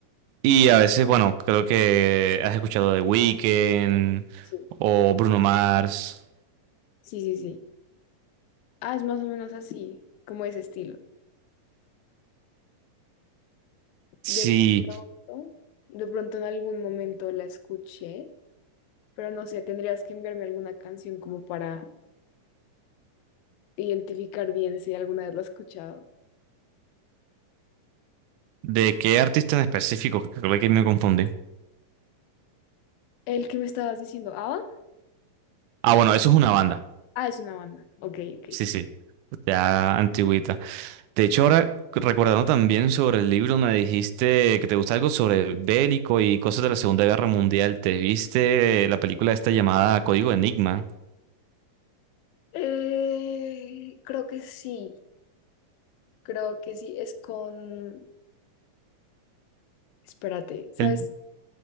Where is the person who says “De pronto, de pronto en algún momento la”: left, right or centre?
Left